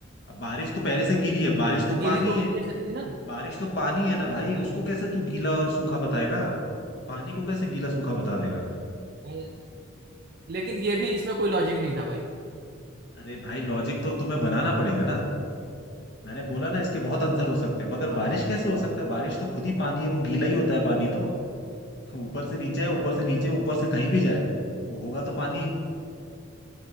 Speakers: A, on the left (about 55°); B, on the right (about 50°).
A: अब बारिश तो पहले से गीली है बारिश तो
B: तो गीली
A: पानी
B: तो होती
A: है
B: है छतरी ना
A: बारिश तो पानी है ना भाई उसको कैसे तू गीला और सूखा बताएगा पानी को कैसे गीला सूखा बता देगा
B: अरे, लेकिन ये भी इसमें कोई लॉजिक नहीं था भाई
A: अरे भाई लॉजिक तो तुम्हें बनाना पड़ेगा ना मैंने बोला ना इसके बहुत आंसर हो सकते हैं मगर
B: हाँ
A: बारिश कैसे हो सकता है बारिश तो खुद ही पानी है वो गीला ही होता है पानी तो तो ऊपर से नीचे है ऊपर से नीचे ऊपर से कहीं भी जाए वो होगा तो पानी